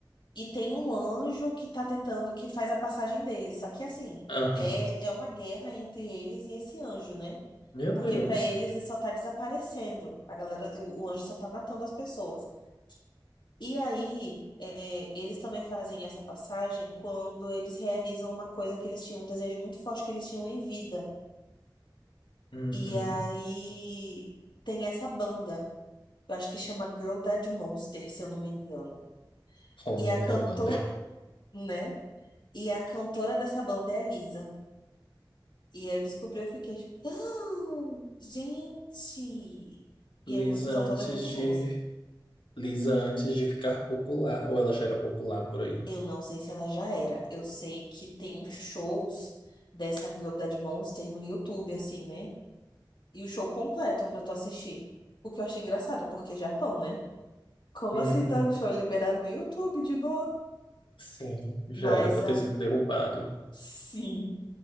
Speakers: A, on the left; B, on the left.
A: e tem um anjo que tá tentando, que faz a passagem deles. Só que, assim,
B: Aham.
A: é, é uma guerra entre eles e esse anjo, né?
B: Meu
A: Porque
B: Deus.
A: pra eles ele só tá desaparecendo. A galera, o o anjo só tá matando as pessoas. E aí, é, eles também fazem essa passagem quando eles realizam uma coisa que eles tinham, um desejo muito forte que eles tinham em vida.
B: Uhum.
A: E aí tem essa banda. Eu acho que chama Girl Dead Monster, se eu não me engano.
B: Qual o
A: E
B: nome
A: a cantora,
B: da banda?
A: né? E a cantora dessa banda é a Lisa. E aí eu descobri, eu fiquei. "Ah, gente! E
B: Lisa
A: as músicas são
B: antes
A: todas muito
B: de.
A: boas.
B: Lisa antes de ficar popular, ou ela já era popular por aí?
A: Eu não sei se ela já era. Eu sei que tem shows dessa Girl Dead Monster no YouTube, assim, né? E o show completo pra tu assistir. O que eu achei engraçado, porque é Japão, né? Como
B: Uhum.
A: assim tá o show liberado no YouTube, de boa?
B: Sim, já
A: Mas
B: era pra
A: a.
B: ter sido derrubado.
A: Sim.